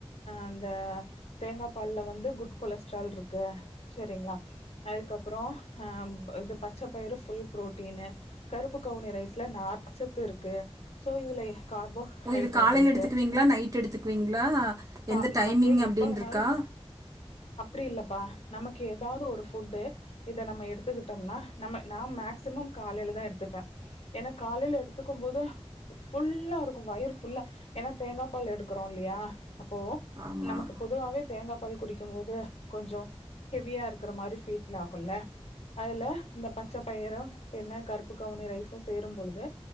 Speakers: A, on the left; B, on the right.
A: அந்த தேங்கா பாலில் வந்து குட் கொலஸ்ட்ரால் இருக்கு செரிங்களா அதுக்கப்பறம் இது பச்சை பயிறு புல் ப்ரோட்டீனு கருப்பு கவுனி ரைஸில் நார்சத்து இருக்கு சோ இதுல கார்போஹைட்ரேட்
B: இது காலயில
A: இருக்கு
B: எடுத்துக்குவீங்களா நைட் எடுத்துக்குவீங்களா
A: கா
B: எந்த டைமிங்
A: நமக்கு
B: அப்படினு
A: எப்போ வேணாலும்
B: இருக்கா
A: அப்டி இல்லப்பா நமக்கு ஏதாவது ஒரு ஃபுட் இதை நம்ம எடுத்துக்கிட்டோம்னா நம்ம நா மேக்சிமம் காலயில தான் எடுத்துப்பேன் ஏனா காலயில எடுத்துக்கும் போது புல்லா இருக்கும் வயிறு புல்லா ஏனா தேங்காய் பால் எடுக்கிறோ இல்லியா அப்போ
B: ஆமா
A: நமக்கு பொதுவாவே தேங்கா பால் குடிக் போதும் கொஞ்ஜோம் ஹெவியா இருக்கிற மாரி ஃபீல் ஆகுல அதுல இந்த பச்சை பயிரு பின்ன கருப்பு கவுனி ரைசு சேரும்பொலுது